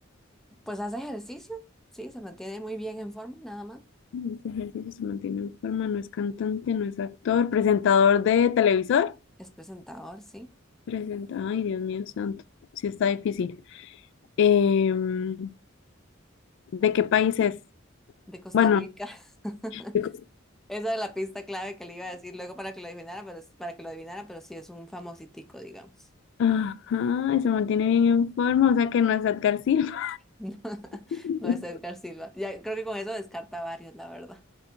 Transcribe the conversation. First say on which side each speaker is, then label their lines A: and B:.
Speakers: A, in the centre; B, on the left.
A: Pues hace ejercicio. Sí, se mantiene muy bien en forma, nada más.
B: Este ejercicio se mantiene en forma, no es cantante, no es actor. Presentador de televisor.
A: Es presentador, sí.
B: Presenta. Ay, Dios mío santo. Sí está difícil. Em, ¿de qué país es?
A: De Costa
B: Bueno,
A: Rica. <laughs>
B: de Cos-
A: Esa es la pista clave que le iba a decir luego para que lo adivinara, pero es- para que lo adivinara, pero sí es un famositico, digamos.
B: Ajá, y se mantiene bien en forma, o sea que no es Edgar Silva.
A: <laughs>
B: <laughs>
A: No es Edgar Silva. Ya creo que con eso descarta varios, la verdad.